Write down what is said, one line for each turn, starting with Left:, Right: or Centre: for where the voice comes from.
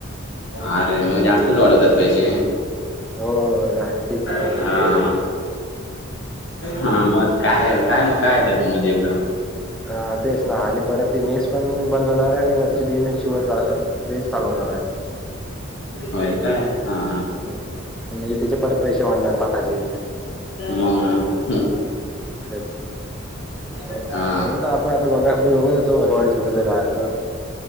Left: अरे मग जास्तच वाढवतात पैसे
Centre: होय, होय.
Left: हा हा मग काय काय मग काय त्या रूम मध्ये एवढं.
Centre: अ तेच ना आणि परत ती मेस पण बंद होणार आहे आणि वरची बीएम एसची वर बेस चालू होणार आहे.
Left: होय काय हा हा.
Centre: म्हणजे त्याचे परत पैसे वाढणार ताटाचे
Left: मा, ह.
Centre: तेच आणि
Left: हा
Centre: आपण आता बघा बघत होतो मोरवाडीत छोटस राहायचं.